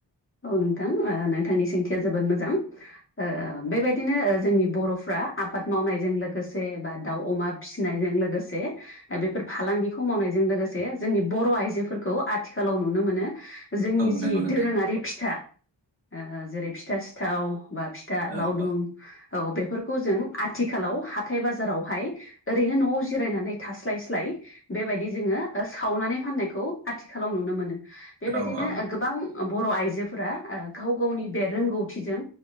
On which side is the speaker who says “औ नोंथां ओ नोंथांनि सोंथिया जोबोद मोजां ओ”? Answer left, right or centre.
Left